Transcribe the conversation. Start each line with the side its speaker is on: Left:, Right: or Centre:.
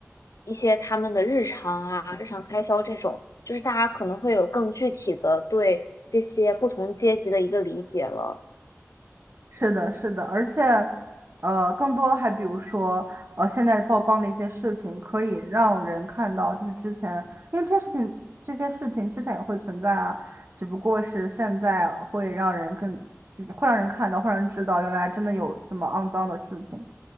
Left: 一些他们的日常啊、日常开销这种，就是大家可能会有更具体的对这些不同阶级的一个理解了。
Right: 是的，是的，而且，呃，更多还比如说，呃，现在曝光的一些事情，可以让人看到，就是之前，因为这些事情，这些事情之前也会存在啊，只不过是现在会让人更，就是会让人看到，会让人知道，原来真的有这么肮脏的事情。